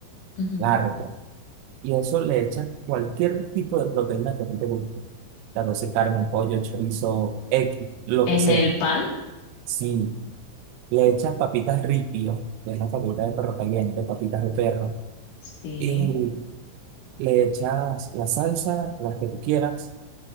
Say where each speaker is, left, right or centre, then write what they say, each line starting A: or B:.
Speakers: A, on the left (about 85°); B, on the right (about 80°).
A: Ujú.
B: largo, y eso le echa cualquier tipo de proteína que a ti te guste. La sea carne, pollo, chorizo, X, lo
A: ¿En
B: que sea.
A: el pan?
B: Si le echas papitas ripio, que es la papita de perro caliente, papitas de perro,
A: Sí.
B: y le echas la salsa, las que tú quieras.